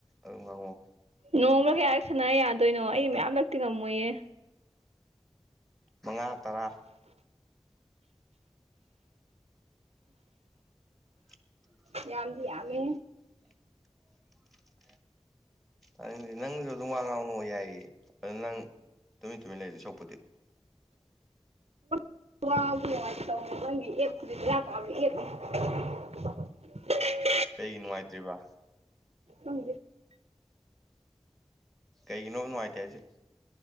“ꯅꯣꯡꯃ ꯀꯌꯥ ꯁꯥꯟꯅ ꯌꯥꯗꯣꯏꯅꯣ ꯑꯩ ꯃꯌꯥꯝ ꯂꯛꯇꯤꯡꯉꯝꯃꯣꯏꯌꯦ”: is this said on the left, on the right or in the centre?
Right